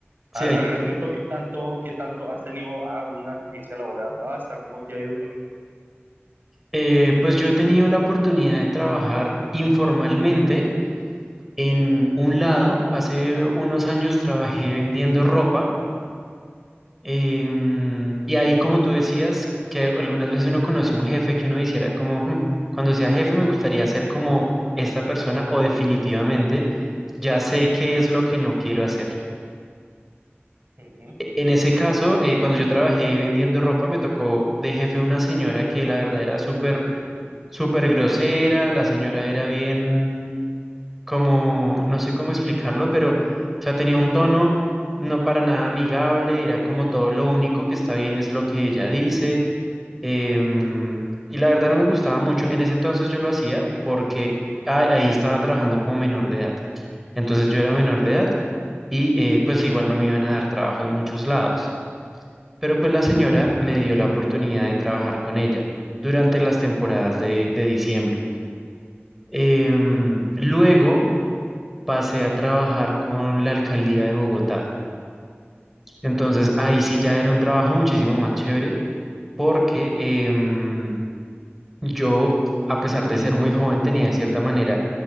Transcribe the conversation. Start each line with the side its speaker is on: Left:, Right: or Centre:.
Centre: sí
Right: Al,
Centre: hay.
Right: al respecto, ¿qué tanto, qué tanto has tenido ah, una experiencia laboral vasta? ¿Cómo te ha ido con eso?
Centre: Eh, pues yo he tenido la oportunidad de trabajar informalmente en un lado. Hace unos años trabajé vendiendo ropa em, y ahí, como tú decías, que algunas veces uno conoce un jefe que uno hiciera como, "Hmm, cuando sea jefe me gustaría ser como esta persona o definitivamente ya sé qué es lo que no quiero hacer.
Right: Ujú,
Centre: E- En ese caso, eh, cuando yo trabajé vendiendo ropa, me tocó de jefe una señora que la verdad era súper súper grosera, la señora era bien, como, no sé cómo explicarlo, pero, o sea, tenía un tono no para nada amigable, era como todo, lo único que está bien es lo que ella dice, em, y la verdad no me gustaba mucho. En ese entonces yo lo hacía porque a- ahí estaba trabajando como menor de edad, entonces yo era menor de edad y eh, pues igual no me iban a dar trabajo en muchos lados, pero pues la
Right: mm,
Centre: señora me dio la oportunidad de trabajar con ella durante las temporadas de de diciembre. Em, luego pasé a trabajar con la alcaldía de Bogotá. Entonces ahí sí ya era un trabajo muchísimo más chévere porque em, yo, a pesar de ser muy joven, tenía de cierta manera